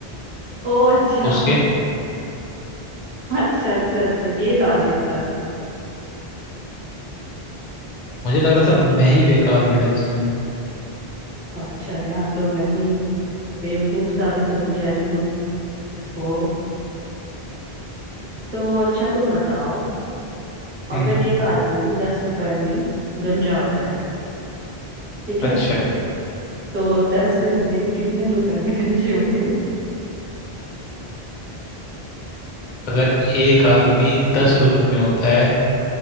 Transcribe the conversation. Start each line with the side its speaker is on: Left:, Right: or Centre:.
Right: ओ अच्छा
Left: उसके
Right: अच्छा अच्छा अच्छा ये लॉजिक था
Left: मुझे लग रहा था मैं ही बेकार हूँ riddles में
Right: अच्छा यहाँ तो मैं ही बेवकूफ साबित होती जा रही हूँ ओहो तो अच्छा तुम बताओ अगर
Left: हम्म
Right: एक आदमी दस रुपए में गंजा होता है ठीक
Left: अच्छा
Right: है तो दस गंजे कितने रुपए में गंजे होंगे
Left: अगर एक आदमी दस रुपए में होता है